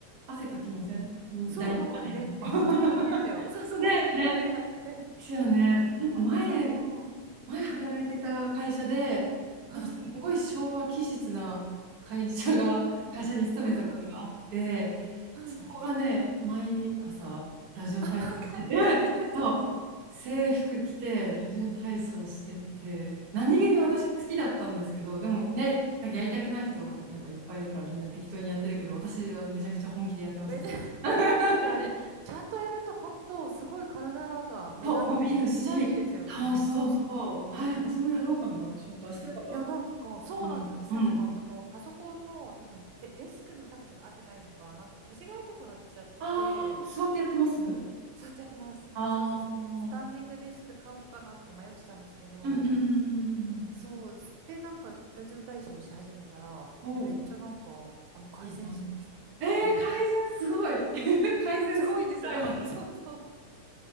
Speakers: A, on the right; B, on the right.
A: 汗かきませんん第2波でやると。
B: そう、なんかあれめ、めっちゃいいんですよ。
A: <laughs>
B: そうそう、
A: ね、
B: 第二までやって。
A: ね。ですよね。なんか前、
B: そう。
A: 前働いてた会社で、
B: うん。
A: なんかすごい昭和気質な会社が、<laughs> 会社に勤めてたことがあって、
B: ああ、うん。
A: そこがね、毎朝ラジオ体操してて、
B: あ、かラジオ体操ですか。
A: そう制服着てラジオ体操してて、何気に私は好きだったんですけど、
B: わ、
A: でもね、なんかやりたくない人やっぱいっぱいいるからみんな適当にやってるけど、私はめちゃくちゃ本気でやってましたね。
B: めっちゃ、
A: <laughs>
B: いや、あれ、ちゃんとやると本当、すごい体が目覚めてめっちゃいいですよね。
A: そう伸びるし、そうそうそう。
B: そうそうそう。
A: はい、私もやろうかな。ちょっと明日から。
B: いや、なんか、そうなんですよ。
A: うん。
B: 私なんか、
A: うん
B: その、パソコンの多分デ、デスクの高さが合ってないのか、なんか腰が痛くなっちゃって、
A: ああー、座ってやってます
B: そうやってやってます。
A: ああー、
B: そう、ススタンディングデスク買おうかなとか迷ってたんですけど、
A: うんうんうんうんうんうん
B: そう、つってなんか、ラジオ体操し始めたら、
A: うん。おお。
B: いやめっちゃなんか、あの、改善しました。
A: いいじゃん。ええー改善すごい。
B: うん。
A: <laughs> 改善するくらいまで。
B: すごいんですよ。<laughs> そうそう。